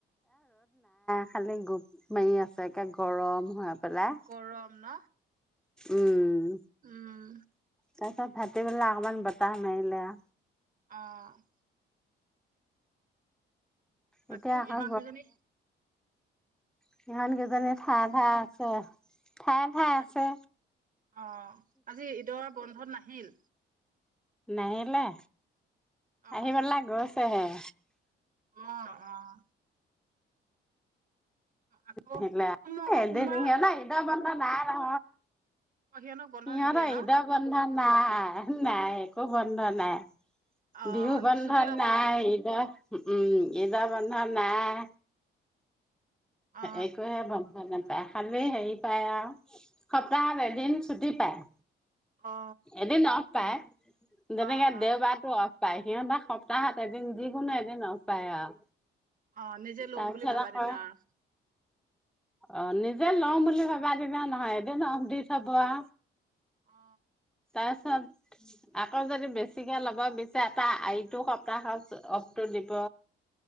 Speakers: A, in the centre; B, on the right.
A: আজি গোপ মাৰি আছে, একে গৰম। হৈ পেলাই
B: গৰম ন
A: উম
B: উম
A: তাৰ তাত ভাটিবেলা আকমমান বতাহ মাৰিলে আ
B: অ' বাকী
A: এতিয়া আকৌ
B: ইহতগীজনী
A: সিহঁত কেইজনী ঠায়ে ঠায়ে আছে ঠায়ে ঠায়ে
B: হয়
A: আছে
B: অ আজি ঈদৰ বন্ধত নাই? <inaudible>
A: নাহিলে
B: অ
A: আহি পেলাই গৈ <unintelligible>
B: অ' অ' আকৌ
A: <unintelligible>
B: সোম
A: ঈদৰ
B: সোমবাৰ
A: বন্ধ নাই <inaudible>
B: অ সিহঁতক বন্ধ
A: সিহঁতৰ
B: নিদিয়ে ন'
A: ঈদৰ বন্ধ নাই নাই একো বন্ধ নাই।
B: অ
A: বিহু বন্ধ
B: ছুটি লব
A: নাই
B: লাগে
A: ঈদৰ উম ঈদৰ বন্ধ নাই
B: অ
A: একোৱহে বন <unintelligible> নাপায় খালি হেৰি পায় আও সপ্তাহত এদিন চুটি পায়
B: অ
A: এদিনত পায়। যেনেকে
B: অ অ
A: দেওবাৰটো আও পায় সিহঁতে সপ্তাহত এদিন যিকোনো এদিন অ'ফ পায় আও
B: অ নিজে লওঁ
A: তাৰপিছত
B: বুলি ভাবা
A: আকৌ,
B: দিনা আৰু।
A: অ' নিজে লও বুলি <unintelligible> নহয় এদিন অ'ফ দি চাব আ
B: অ
A: তাপিছত আকৌ যদি বেছিকে লব বিচাৰে তাৰ ইতো সপ্তাহত অ'ফটো দিব